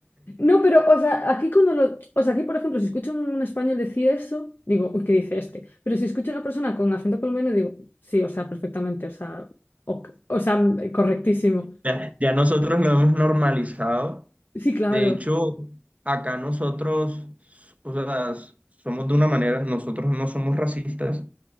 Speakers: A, on the left; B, on the right.
A: No, pero, o sea, aquí cuando lo, o sea, aquí por ejemplo, si escucho un español decir eso, digo, uy, ¿qué dice este? Pero si escucho a una persona con acento colombiano, digo, sí, o sea, perfectamente, o sea, ok, o sea, correctísimo.
B: Ya, ya nosotros lo hemos normalizado
A: Sí, claro,
B: De hecho, acá nosotros, o sea, somos de una manera, nosotros no somos racistas,